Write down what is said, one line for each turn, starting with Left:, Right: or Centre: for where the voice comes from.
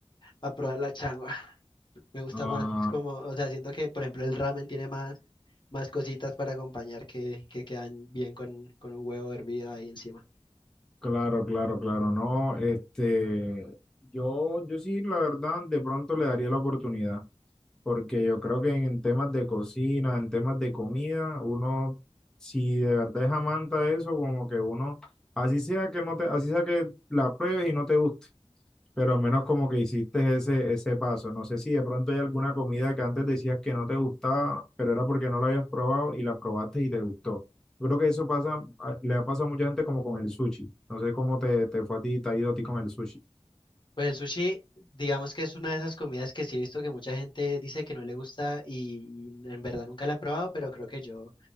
Left: a probar la changua. <laughs> Me gusta
Centre: Ah,
Left: más como, o sea, siento que por ejemplo el ramen tiene más, más cositas para acompañar que, que quedan bien con, con un huevo hervido ahí encima.
Centre: claro, claro, claro. No, este, yo, yo sí, la verdad, de pronto le daría la oportunidad. porque yo creo que en temas de cocina, en temas de comida, uno, si de verdad es amante a eso, como que uno, así sea que no te, así sea que la pruebes y no te guste, pero al menos como que hiciste ese, ese paso. No sé si de pronto hay alguna comida que antes decías que no te gustaba, pero era porque no la habías probado y la probaste y te gustó. Yo creo que eso pasa, a- le ha pasado a mucha gente como con el sushi. No sé cómo te, te fue a ti, te ha ido a ti con el sushi.
Left: Pues el sushi, digamos que es una de esas comidas que sí he visto que mucha gente dice que no le gusta y, y en verdad nunca la he probado, pero creo que yo,